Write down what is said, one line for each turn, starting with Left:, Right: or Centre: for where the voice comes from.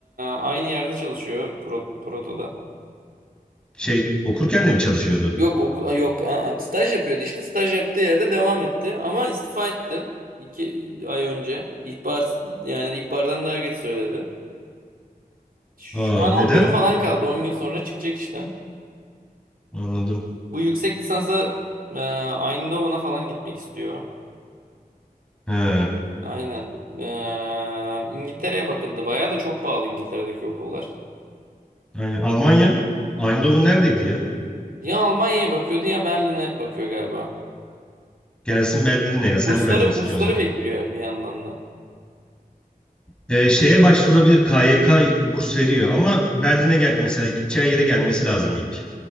Right: aynı yerde çalışıyor Pro, Proto'da.
Centre: Şey okurken de mi çalışıyordu?
Right: Yok okul yok aa, staj yapıyordu işte staj yaptığı yerde devam etti ama istifa etti iki ay önce ihbar yani ihbardan daha geç söyledi. Şu
Centre: Aa
Right: an
Centre: neden?
Right: 10 günü falan kaldı 10 gün sonra çıkacak işten.
Centre: Anladım.
Right: Bu yüksek lisansa e, Eindhoven'a falan gitmek istiyor.
Centre: He.
Right: Aynen. E, İngiltere'ye bakındı bayağı da çok pahalı İngiltere'deki okullar.
Centre: Aynen. Almanya. Eindhoven neredeydi ya?
Right: Ya Almanya'ya bakıyordu ya Berlin'e bakıyor galiba.
Centre: Gelsin Berlin'e ya. Sen
Right: Bursları
Centre: de Berlin istiyorsun
Right: bursları
Centre: zaten.
Right: bekliyor bir yandan da.
Centre: Ee, şeye başvurabilir. KYK burs veriyor ama Berlin'e gel mesela gideceği yere gelmesi lazım ilk.